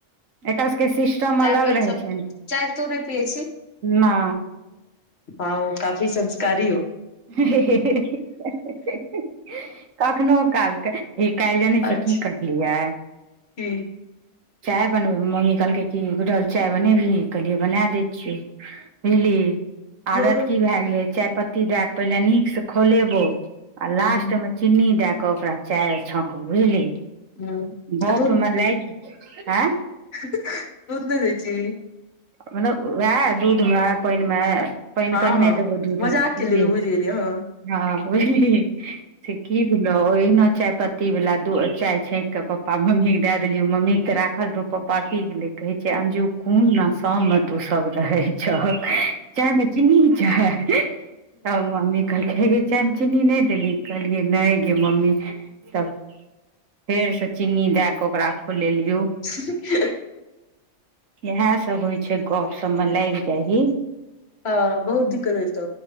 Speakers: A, on the right; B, on the left.
A: एकर सके सिस् टम
B: चाय
A: अलग
B: पानि
A: रहै
B: सब
A: छै ने,
B: चाय तू नहि पियै
A: नै
B: हँ ओ काफी संस्कारी ओ
A: हे हे हे हे हे हे हे हे कखनो कालके ए काल्हि जनै
B: अच्छा
A: छी की कटलैयै
B: की?
A: चाय बनबै में मम्मी कहलकै कि गुड़ल चाय बनेबही कहलियै बना दै छियौ बुझली
B: हँ
A: आदत की भए गेलै चायपत्ती दए कऽ पहिनेे निकसे खौलेबोउ आ
B: हूँ
A: लास्टमे चीनी दए कऽ ओकरा चाय छांकबो, बुझली
B: हूँ
A: गपमे लागि एं
B: हे हे दूध नै दै छी
A: मतलब वैह दूध मे पानि मे पाइन
B: हँ
A: कमे
B: हँ
A: देबो दूध
B: मजाक
A: मे बुझलि
B: केलियै बुझि गेलियै हँ
A: हँ बुझली से कि भेलउ ओहिना चायपत्ती बला दू चाय छैंक क पप्पा, मम्मी के दे देलियौ मम्मीेके तऽ राखल रहौ पप्पा पा पी गेलै कहै छै अंजु कोन नास् सो में तू सब रहै छह, चाय मे चीन्नी छै तब मम्मी कहलकैे हे गै चायमे चीनी नै देलही कहलियै नै गे मम्मी तब फेर से चीन्नी दैक ओकरा खौलेलियो
B: हं हं हं हं
A: यैह सब होइ छै गप सबमे लाइग जाही
B: हँ, बहुत दिक्कत होइ तऽ